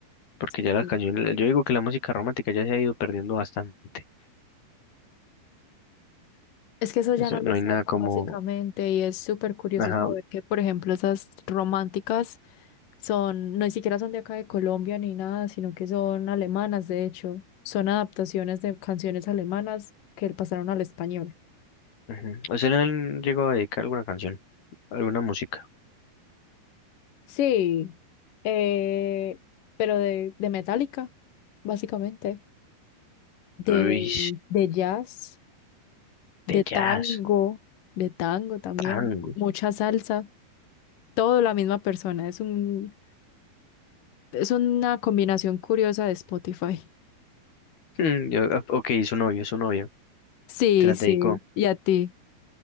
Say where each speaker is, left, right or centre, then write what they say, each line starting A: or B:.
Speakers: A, on the left (about 85°); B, on the left (about 65°).
A: Porque ya
B: Sí.
A: las canciones, yo digo que la música romántica ya se ha ido perdiendo bastante.
B: Es que eso ya
A: Eso,
B: no lo
A: no
B: sacan
A: hay nada como,
B: básicamente y es súper curioso
A: ajá,
B: saber que, por ejemplo, esas románticas son, no ni siquiera son de acá de Colombia ni nada, sino que son alemanas, de hecho. Son adaptaciones de canciones alemanas que pasaron al español.
A: Ujú. ¿Usted le llegó a dedicar alguna canción? ¿Alguna música?
B: Sí, eh, pero de, de Metallica, básicamente, de,
A: Uy,
B: de jazz, de
A: de jazz,
B: tango, de tango también,
A: tango.
B: mucha salsa, todo la misma persona, es un, es una combinación curiosa de Spotify.
A: Mm, yo- ah, ok, su novio, su novio.
B: Sí,
A: ¿Te las
B: sí,
A: dedicó?
B: y a ti,